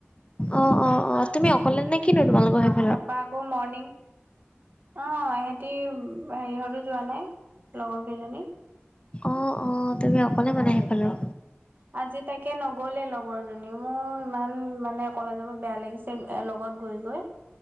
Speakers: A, on the left; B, on the right.
A: অ- অ- অ, তুমি অকলে নেকি নে তোমালোকৰ সেইফালে?
B: তাৰপৰা আকৌ মৰ্ণিং। অ, সিহঁতি হেৰিহঁতো যোৱা নাই, লগৰ কেইজনী।
A: অ- অ, তুমি অকলে মানে সেইফালৰ।
B: আজি তাকে নগলে লগৰ জনী মোৰ ইমান মানে কলেজৰ পৰা বেয়া লাগিছে। কোনোবাই লগত গৈ- গৈ।